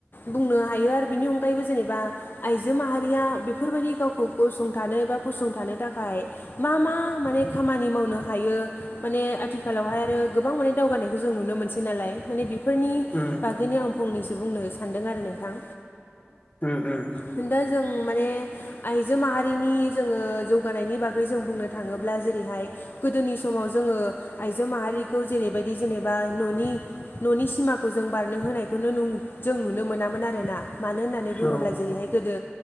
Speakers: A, on the left (about 55°); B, on the left (about 35°).
A: बुंनो हायो आरो बिनि अनगायैबो जेनेबा आइजो माहारिया बेफोरबायदि गावखौ गसंथानो एबा फसंथानो थाखाय मा मा माने खामानि मावनो हायो। माने आथिखालावहाय आरो गोबां माने दावगानायखौ जों नुनो मोनसै नालाय माने बेफोरनि
B: उम।
A: बिदिनो आं फंनैसो बुंनो सानदों आरो नोंथां।
B: उम उम।
A: खिन्था जों माने आइजो माहारिनि जोङो जौगानायनि बागै जों बुंनो थाङोब्ला जेरैहाय गोदोनि समाव जोङो आइजो माहारिखौ जेरैबायदि जेनेबा न'नि न'नि सिमा खौ जों बारनो होनायखौनो नुं जों नुनो मोनामोन आरोना। मानो होननानै बुङोब्ला
B: औ
A: जेरैहाय गोदो